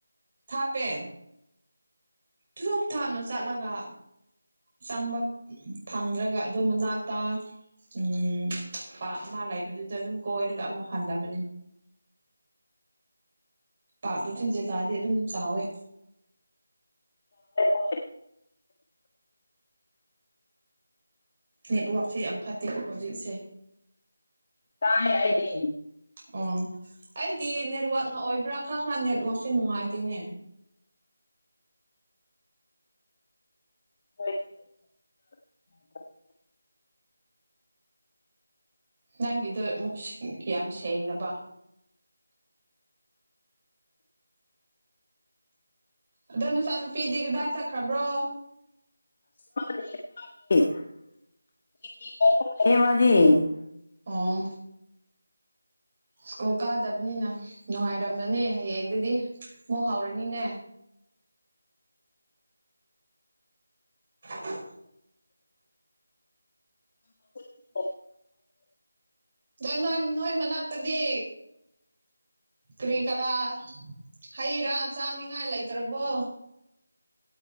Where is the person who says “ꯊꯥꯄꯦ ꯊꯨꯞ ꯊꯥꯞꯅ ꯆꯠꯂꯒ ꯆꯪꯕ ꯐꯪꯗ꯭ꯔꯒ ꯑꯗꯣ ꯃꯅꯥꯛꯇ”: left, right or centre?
Right